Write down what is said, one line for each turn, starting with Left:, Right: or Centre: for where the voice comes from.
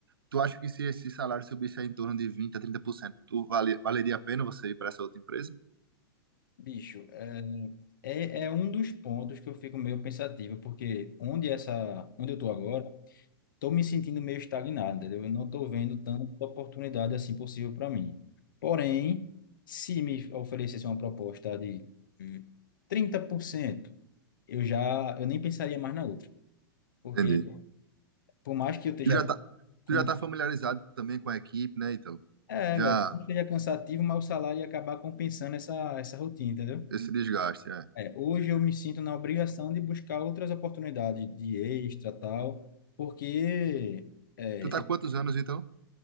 Right: tu acha que se esse salário subisse aí em torno de 20 a 30% tu vale, valeria a pena você ir para essa outra empresa?
Left: Bicho, é, é, é um dos pontos que eu fico meio pensativo, porque onde essa, onde eu tô agora, tô me sentindo meio estagnado, entendeu? Eu não tô vendo tanta oportunidade assim possível para mim. Porém, se me oferecesse uma proposta de hum, 30%, eu já, eu nem pensaria mais na outra, porque
Right: Entendi.
Left: por mais que eu esteja
Right: Tu já tá,
Left: com
Right: tu já
Left: muita...
Right: tá familiarizado também com a equipe, né, Ítalo?
Left: É,
Right: Já
Left: velho, por mais que seja cansativo, mas o salário ia acabar compensando essa, essa rotina, entendeu?
Right: esse desgaste, é.
Left: É, hoje eu me sinto na obrigação de buscar outras oportunidades de extra, tal, porque, é,
Right: Tu tá há
Left: eu-
Right: quantos anos, então?